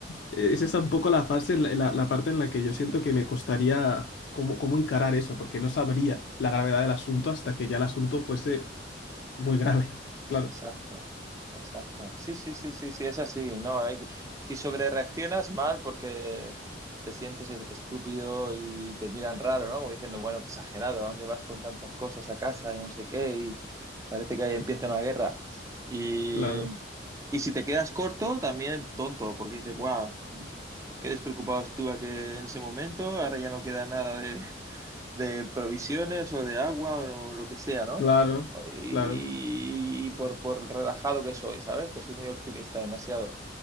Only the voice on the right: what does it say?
<laughs>
Exacto, exacto. Sí, sí, sí, sí, sí, es así, ¿no? Hay que- Si sobrereaccionas mal porque te sientes e- estúpido y te miran raro, ¿no? Como diciendo, bueno, qué exagerado, ¿a dónde vas con tantas cosas a casa y no sé qué? Y parece que ahí empieza una guerra. Y,
y si te quedas corto, también tonto, porque dices, wow qué despreocupado estuve que en ese momento, ahora ya no queda nada de, de provisiones o de agua o lo que sea, ¿no?
Y,
y por, por relajado que soy, ¿sabes? Que soy muy optimista, demasiado.